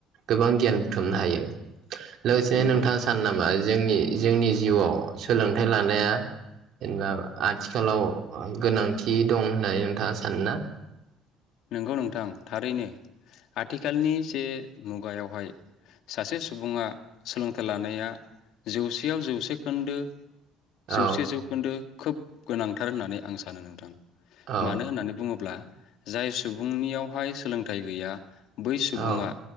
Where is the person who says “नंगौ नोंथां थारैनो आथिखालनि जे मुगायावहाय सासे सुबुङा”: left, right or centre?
Left